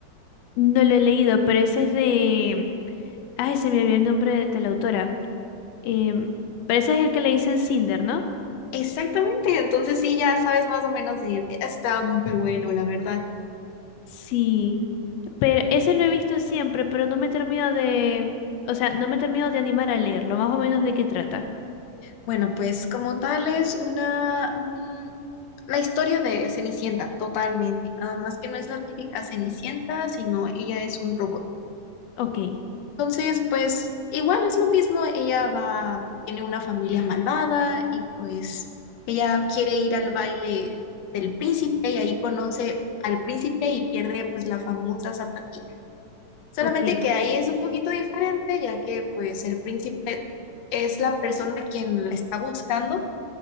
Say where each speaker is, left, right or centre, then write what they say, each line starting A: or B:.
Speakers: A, on the left (about 85°); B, on the left (about 70°).
A: No lo he leído, pero ese es de... Ay, se me olvidó el nombre de, de la autora. Em, pero ese es el que le dicen Cinder, ¿no?
B: Exactamente, entonces sí, ya sabes más o menos de... Está muy bueno, la verdad.
A: Sí, pero ese lo he visto siempre, pero no me termino de, o sea, no me termino de animar a leerlo, más o menos de qué trata.
B: Bueno, pues como tal es una, un- la historia de Cenicienta, totalmente. Nada más que no es la típica Cenicienta, sino ella es un robot.
A: Ok,
B: Entonces, pues igual es lo mismo, ella va, tiene una familia malvada y pues ella quiere ir al baile del príncipe y ahí conoce al príncipe y pierde pues la famosa zapatilla. Solamente
A: ok.
B: que ahí es un poquito diferente, ya que pues el príncipe es la persona quien la está buscando